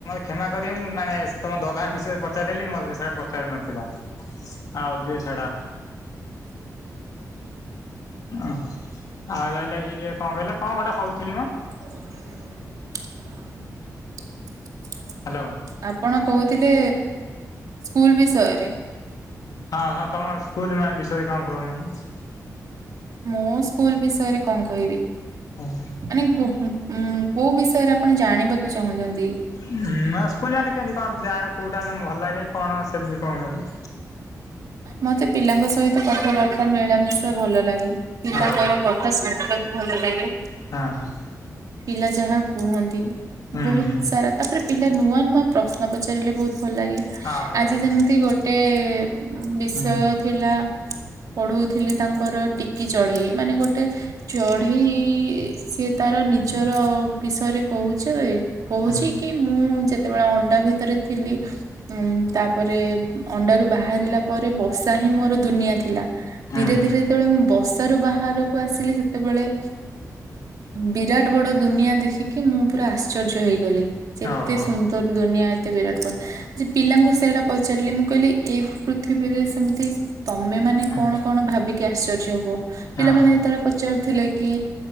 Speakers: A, on the left; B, on the right.
A: କ୍ଷମା କରିବ ମୁଁ ମାନେ ତମ ଦଦା ବିଷୟରେ ପଚାରିଦେଲି ମୋତେ ସେଇଟା ପଚାର ନଥିଲା। ଆଉଜୁଏ ଛାଡ଼। ଓ ଆଉ ରହିଲା କି ଯ କଣ କହିଲେ କଣ ଗୋଟେ କହୁଥିଲି ମ
B: <unintelligible>
A: ହେଲୋ।
B: ଆପଣ କହୁଥିଲେ ସ୍କୁଲ ବିଷୟରେ।
A: ହଁ ହଁ ତମ ସ୍କୁଲ ମାନେ ବିଷୟରେ କଣ କହୁନାହାନ୍ତି?
B: ମୁଁ ସ୍କୁଲ ବିଷୟରେ କଣ କହିବି?
A: ହଁ।
B: ମାନେ କୁ ଉଁ କୋଉ ବିଷୟରେ ଆପଣ ଜାଣିବାକୁ ଚାହୁଁଛନ୍ତି?
A: ହୁଁ ମାସେ ପୂଜା ନେ କେନ୍ତି କଣ ଯାଏ କୋଉଟା ଭଲ ଲାଗେ କଣ ସେମିତି କହୁନାହାନ୍ତି?
B: ମତେ ପିଲାଙ୍କ ସହିତ କଥାବାର୍ତ୍ତା ମିଳାମିଶା ଭଲ ଲାଗେ। ପଲାଙ୍କର
A: ହଁ
B: କଥା ଶୁଣିବାକୁ ଭଲ ଲାଗେ।
A: ହଁ ହଁ
B: ପିଲା ଯାହା କୁହନ୍ତି
A: ହୁଁ
B: ବହୁତ
A: ହୁଁ
B: ସାରା ତାପରେ ପିଲା ନୂଆ ନୂଆ ପ୍ରଶ୍ନ ପଚାରିଲେ ବହୁତ ଭଲ ଲାଗେ
A: ହଁ ହଉ
B: ଆଜି ଯେମିତି ଗୋଟେ ବିଷୟ
A: ହୁଁ
B: ଥିଲା ପଢଉଥିଲି ତାଙ୍କର ଟିକ୍ କି ଚଢେଇ ମାନେ ଗୋଟେ ଚଢେଇ ସିଏ ତାର ନିଜର ବିଷୟରେ କହୁଚ। କହୁଛି
A: ହୁଁ
B: କି? ମୁଁ ଯେତେବେଳେ ଅଣ୍ଡା ଭିତରେ ଥିଲି ଉ ତାପରେ ଅଣ୍ଡାରୁ ବାହା ବାହାରିଲା ପରେ ବସା ହିଁ ମୋର ଦୁନିଆ ଥିଲା
A: ହୁଁ
B: ଧୀରେ ଧୀରେ ଯେତେବେଳେ ମୁଁ ବସା ରୁ ବାହାରକୁ ଆସିଲି ସେତେବେଳେ ବିରାଟ ବଡ ଦୁନିଆ ଦେଖିକି ମୁଁ ପୁରା ଆଶ୍ଚର୍ଯ୍ୟ ହେଇଗଲି। ଯେତେ
A: ଓହୋ
B: ସୁନ୍ଦର ଦୁନିଆ ଏତେ ବିରାଟ କୋହିଲି ଯେ ପିଲାଙ୍କୁ ସେଇଟା ପଚାରିଲି ମୁଁ କହିଲି ଏଇ ପୃଥିବୀରେ ସେମିତି ତମେ ମାନେ
A: ହଁ
B: କଣ କଣ ଭାବିକି ଆଶ୍ଚର୍ଯ୍ୟ ହୁଅ? ପିଲାମାନେ
A: ହଁ ହଁ
B: ଯେତେବେଳେ ପଚାରୁଥିଲେ କି